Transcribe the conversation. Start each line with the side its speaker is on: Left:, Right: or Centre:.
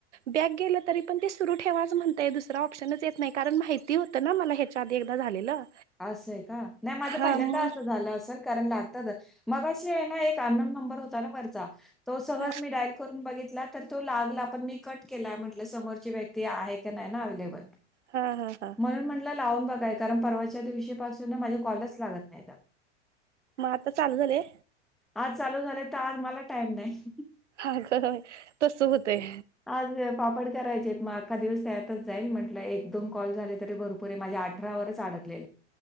Right: बॅक गेलं तरी पण ते सुरू ठेवाच म्हणतय दुसरा ऑप्शनच येत नाही कारण माहिती होतं ना मला ह्याच्या आधी एकदा झालेलं
Centre: असय नाही माझं
Right: हा
Centre: पहिल्यांदा
Right: मग
Centre: असं झालं असेल कारण मगशी आहे ना एक अन्नोन नंबर होता ना वरचा तो सहज
Right: हा
Centre: मी डाईल करून बघितला तर तो लागला पण मी कट केला म्हटल समोरची व्यक्ती आहे की नाही ना अवेलेबल
Right: हा हा हा
Centre: म्हणून म्हटलं लावून बघायचं कारण परवा च्या दिवशीपासून माझं कॉलच लागत नाही
Right: मग आता चालू झालेय
Centre: आज चालू झाले तर आज मला टाईम नाही
Right: अगं बाई तसं होतय
Centre: आज पापड करायचे मग अखा दिवस त्यातच जाईल म्हटलं एक दोन कॉल झाले तरी भरपूर आहे माझे अठरा ववरच अडकले